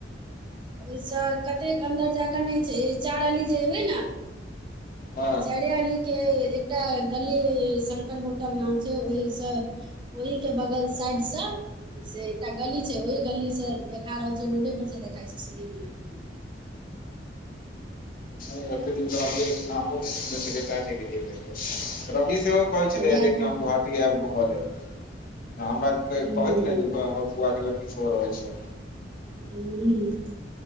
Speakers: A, on the right (about 25°); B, on the left (about 50°).
A: ओहिसँ कतेक अन्दर जाय कऽ नहि छैय चार अली जे एबै ने
B: हँ
A: तऽ चारे अली के एकटा गली शंकर होटल नाम छैय ओहिसँ ओहि कऽ बगल साइड सऽ से एकटा गली छैय ओहि गली से देखा रहल छैय रोडे पर से देखायई छैय सिद्धि विनायक मंन्दिर
B: आते दिन सऽ <unintelligible> लेकिन नामो नहि सुनले छलये तैय नहि गेलिये कहैयो। रवि सेहो कहै छलै
A: वएह
B: जे
A: तऽ
B: कि हम गुहाटी आयब घुमले। हमरा आर के
A: हूँ
B: कहैत ने जे हमर फुआ के लड़की सब रहै छैय।
A: हू